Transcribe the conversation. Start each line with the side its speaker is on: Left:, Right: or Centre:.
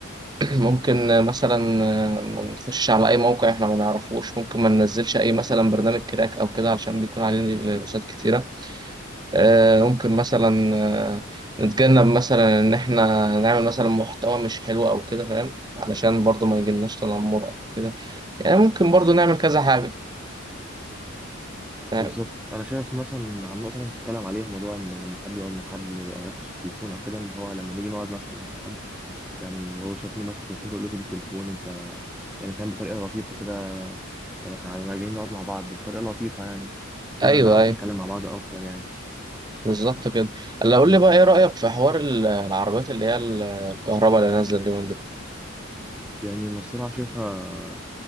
Right: <clears throat> ممكن مثلا ما نخشش على أي موقع إحنا ما نعرفوش ممكن ما ننزلش أي مثلا برنامج كراك أو كده علشان بيكون عليه فيروسات كتيرة آه، ممكن مثلا آه، نتجنب مثلا ان احنا نعمل مثلا محتوى مش حلو او كده فاهم علشان برضو ما يجيلناش تنمر او كده يعني ممكن برضو نعمل كذا حاجة فاهم
Centre: بالظبط أنا شايف مثلا على النقطة اللي أنت بتتكلم عليها موضوع إن لما حد يقعد مع حد ما يركزش في التليفون أو كده إن هو لما نيجي نقعد مثلا مع حد يعني وهو شايفينه ماسك التليفون تقول له سيب التليفون أنت يعني فاهم بطريقة لطيفة كده يعني إحنا عندنا جايين نقعد مع بعض بطريقة لطيفة يعني كده
Right: ايوه
Centre: هنعرف
Right: ايوه
Centre: نتكلم مع بعض أكتر يعني
Right: بالظبط كده اللي اقول
Centre: امم
Right: لي بقى ايه رأيك في حوار ال- العربيات اللي هي ال- الكهرباء اللي نازلة اليومين دول
Centre: يعني النصيحة شايفها